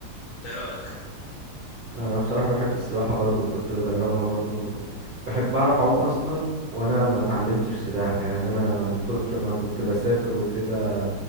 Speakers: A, on the left; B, on the right.
A: إنت ايه رايك
B: انا بصراحه بحب السباحه برضو وكنت بجربها برضو بحب بعرف اعوم اصلا وانا ما اتعلمتش سباحه يعني انا من كتر ما كنت بسافر وكده